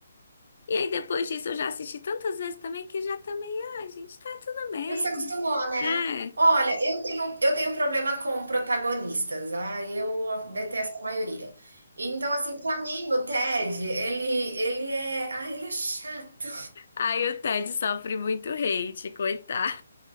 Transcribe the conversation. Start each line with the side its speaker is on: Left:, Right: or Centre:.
Left: E aí depois disso eu já assisti tantas vezes também que já também, ah, gente, tá tudo bem.
Right: Já se acostumou, né?
Left: É.
Right: Olha, eu tenho, eu tenho problema com protagonistas, ah, eu detesto a maioria. Então, assim, pra mim, o Ted, ele, ele é, ah, ele é chato.
Left: Aí o Ted sofre muito hate, coitado.